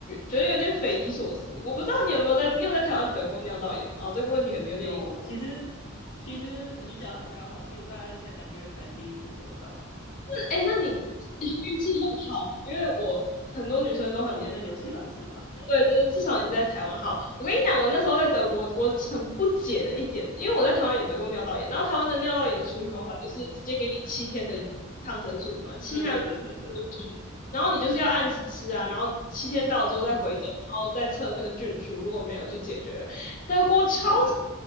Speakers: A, on the left; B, on the left.
A: 觉得有点匪夷所思。我不知道你有没有在，你有在台湾得过尿道炎吗？哦，这个问题可能有点硬。
B: 有，其实其实你讲的很刚好，其实我大概前两个月才第一次得到，
A: 哎，那你运气很好，因为我很多女生都很年
B: 至少没在纽西兰是吧？
A: 对对对，至少你在台湾好。我跟你讲，我那时候在德国，我很不解的一点，因为我在台湾也得过尿道炎，然后台湾的尿道炎的处理方法就是直接给你七天的抗生素嘛，
B: 嗯，
A: 七天还有五
B: 对对对对对对，
A: 天然后你就是要按时吃啊，然后七天到了之后再回诊，
B: 嗯，
A: 然后再测那个菌数，如果没有就解决了。德国超级
B: 对对，